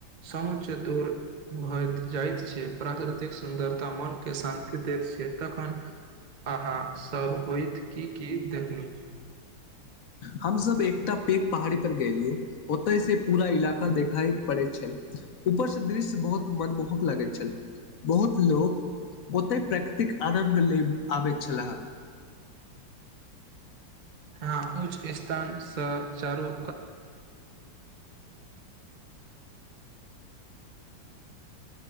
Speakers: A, on the right; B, on the left.
A: समच दूर भइत जाइत छै प्राकृतिक सुन्दरता मने शान्ति दैत छै तखन अहाँ सब होइत की की देखलू
B: हमसब एकटा पैघ पहाड़ी पर गेलिय ओतय से पूरा इलाका देखाइ पड़ैत छल ऊपर से दृश्य बहुत मनमोहक लागैत छल बहुत लोक ओतेक प्रेकृतिक आनन्द ले आबै छला
A: हां ओउछ इस्तान स चालू